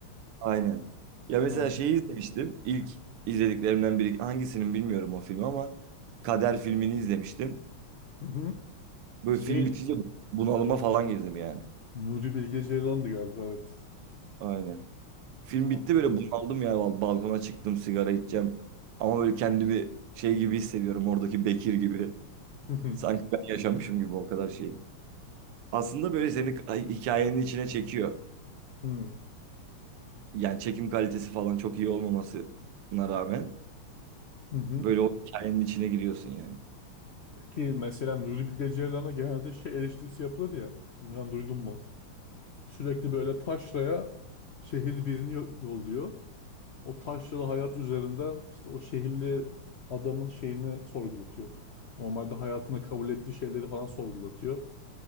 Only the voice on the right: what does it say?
Aynen. Ya mesela
şeyi izlemiştim. İlk izlediklerimden biri hangisinin bilmiyorum o filmi ama Kader filmini izlemiştim.
Böyle
film bitince bunalıma falan girdim yani.
Aynen. Film
bitti böyle bunaldım yani Bal- balkona çıktım sigara içeceğim. Ama böyle kendimi şey gibi hissediyorum oradaki Bekir gibi.
Sanki ben yaşamışım gibi o kadar şeyi. Aslında böyle seni ay- hikayenin içine çekiyor.
Yani çekim kalitesi falan çok iyi olmamasına rağmen
böyle o hikayenin içine giriyorsun yani.